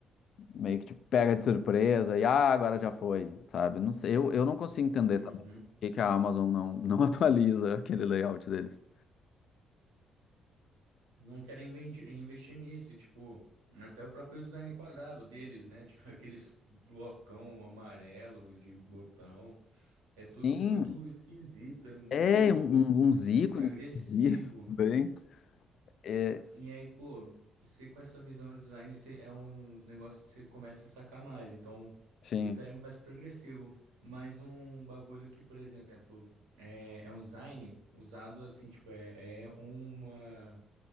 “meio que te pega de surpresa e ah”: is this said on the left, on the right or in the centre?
Left